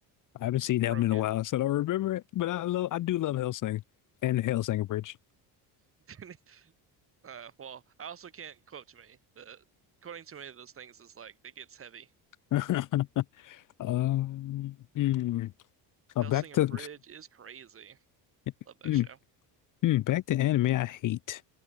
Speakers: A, on the left; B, on the right.
A: I haven't seen that
B: broke
A: one in a
B: in.
A: while, so I don't remember it. But I love. I do love Hellsing and Hellsing abridged.
B: <laughs> Uh, well, I also can't quote to me. The quoting too many of those things is like it gets heavy.
A: <laughs> Um, mm, uh,
B: Hellsinger
A: back to
B: Bridge is crazy.
A: <laughs>
B: Love that
A: Hmm.
B: show.
A: Hmm. back to anime. I hate,